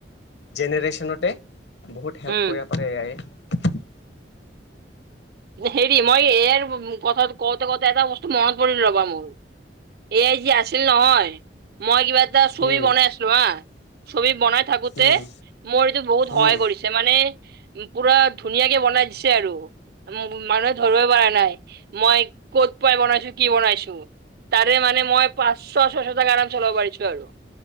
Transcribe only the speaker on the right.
উম।
হেৰি মই এ আইৰ কথা কওঁতে- কওঁতে এটা বস্তু মনত পৰিল ৰ'বা মোৰ এ আই জি আছিল নহয় মই কিবা এটা চবি
বনাই আছিলো হা ছবি বনাই থাকোতে
মোৰ এইটো বহুত সহায়
কৰিছে মানে উম, পুৰা ধুনীয়াকে বনাই দিছে আৰু। মানুহে ধৰবই পাৰা নাই মই ক'ত পাই বনাইছো কি বনাইছো। তাৰে মানে মই পাঁচশ, ছশ টাকা আৰামচে ওলাব পাৰিছো আৰু।